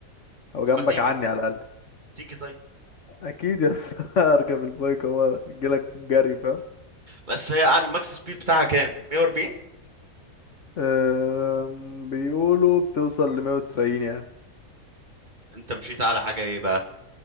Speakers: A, on the left; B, on the right.
A: او
B: طب
A: جنبك
B: ما تيجي
A: عني
B: طيب
A: على الاقل
B: تيجي طيب
A: اكيد يا اسطى <laughs> اركب البايك هو جيلك جري فاهم
B: بس هي على الماكس سبيد بتاعها كام 140
A: أم، بيقولوا بتوصل ل 190 يعني
B: انت مشيت على حاجه ايه بقى